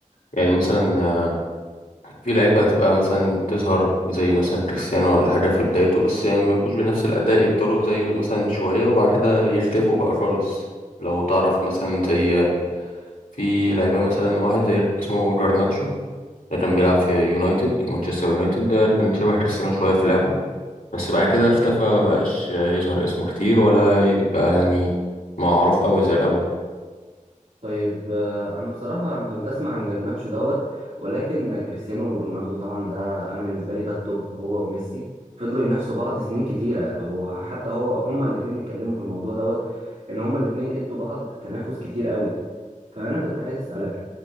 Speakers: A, on the left; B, on the right.
A: يعني مثلا في لعيبة هتبقى مثلا تظهر زي مثلا كريستيانو ولا حاجة في بدايته بس يعني ما يبقوش بنفس الأداء يفضلوا زيه مثلا شوية وبعد كده يختفوا بقى خالص لو تعرف مثلا زي في لعيبة مثلا واحد زي اسمه جرناتشو ده كان بيلعب في يونايتد مانشستر يونايتد ده كان شبه كريستيانو شوية في لعبه بس بعد كده اختفى ما بقاش يظهر اسمه كتير ولا يبقى يعني معروف أوي زي الأول
B: طيب آه، انا بصراحه انا كنت اسمع عن جرناتشو دوت ولكن كريستيانو رونالدو طبعا ده انا بالنسبه لي ده التوب هو وميسي فضلوا ينافسوا بعض سنين كتيره وحتى هو هما الاثنين اتكلموا في الموضوع دوت ان هما الاثنين ادوا بعض تنافس كتير قوي فانا كنت عايز اسالك